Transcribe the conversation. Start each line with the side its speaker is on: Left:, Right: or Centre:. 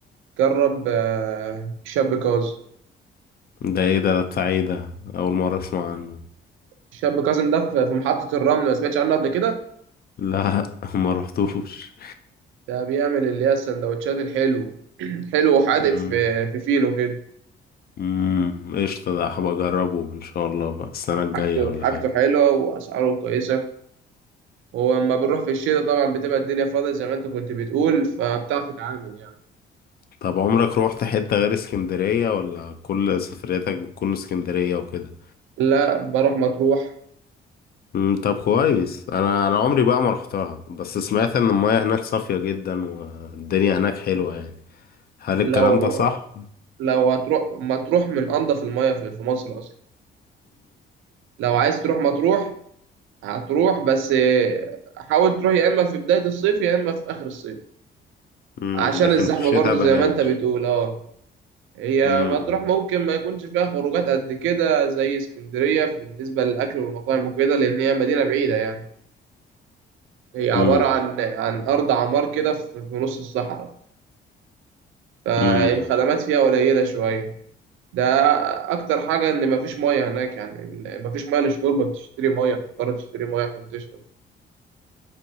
Right: جرب آه، الشاب كاظم
Left: ده ايه ده ده بتاع ايه ده اول مره اسمع عنه
Right: الشاب كاظم ده في في محطة الرمل ما سمعتش عنه قبل كده
Left: لا <laughs> ما رحتوش
Right: ده بيعمل اللي هي السندوتشات الحلو <clears throat> حلو وحادق
Left: امم
Right: في في فينو كده
Left: امم قشطه ده هبقى اجربه ان شاء الله بقى السنه الجايه
Right: حاجته
Left: ولا
Right: حاجته
Left: حاجه
Right: حلوة وأسعاره كويسة ولما بنروح في الشتاء طبعا بتبقى الدنيا فاضية زي ما أنت كنت بتقول فبتعرف تتعامل يعني
Left: طب عمرك روحت حته غير اسكندريه ولا كل سفرياتك بتكون اسكندريه وكده
Right: لا بروح مطروح
Left: امم طب كويس انا انا عمري بقى ما رحتها بس سمعت ان المياه هناك صافيه جدا والدنيا هناك حلوه يعني هل الكلام
Right: لو
Left: ده صح
Right: لو هتروح مطروح من انضف المياه في في مصر اصلا لو عايز تروح مطروح هتروح بس آه، حاول تروح يا اما في بداية الصيف يا اما في اخر الصيف
Left: امم
Right: عشان
Left: لكن
Right: الزحمة
Left: في الشتاء
Right: برضو
Left: بلاش
Right: زي ما انت بتقول اه هي
Left: امم
Right: مطروح ممكن ما يكونش فيها خروجات قد كده زي اسكندرية بالنسبة للأكل والمطاعم وكده لأن هي مدينة بعيدة يعني هي عبارة
Left: امم
Right: عن عن أرض عمار كده في في نص الصحراء فالخدمات
Left: امم
Right: فيها قليلة شوية ده اكتر حاجه ان مفيش ميه هناك يعني ال- مفيش ميه للشرب بتشتري ميه بتضطر تشتري ميه عشان تشرب